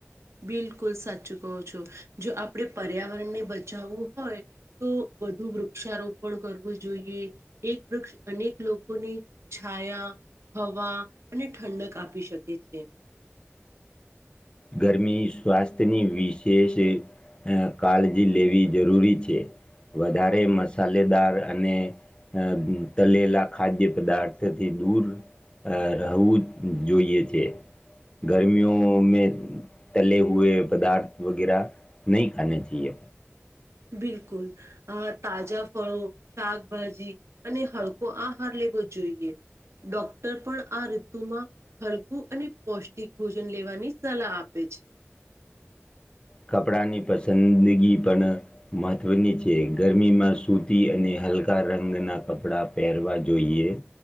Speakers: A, on the right (about 75°); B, on the left (about 20°).
A: બિલકુલ સાચું કહો છો જો આપડે પર્યાવરણને બચાવવું હોય. તો વધું વૃક્ષારોપણ કરવું જોઈએ. એક વૃક્ષ અનેક લોકોની છાયા હવા અને ઠંડક આપી શકે છે.
B: ગરમી સ્વાસ્થની વિશેષએ અ કાળજી લેવી જરૂરી છે વધારે મસાલેદાર અને અ તલેલા ખાદ્ય પદાર્થથી દૂર અ રહવું જ જોઈએ છે ગરમીઓમે તલે હુએ પદાર્થ વગેરા નહીં ખાને ચઈએ.
A: બિલકુલ અ તાજા ફળો શાકભાજી અને હળકો આહાર લેવો જોઈએ. ડોક્ટર પણ આ ઋતુમાં હલકું અને પૌષ્ટિક ભોજન લેવાની સલાહ આપે છે.
B: કપડાંની પસંદગી પણ મહત્વની છે ગરમીમાં સૂરતી અને હલકા રંગના કપડા પહેરવા જોઈએ.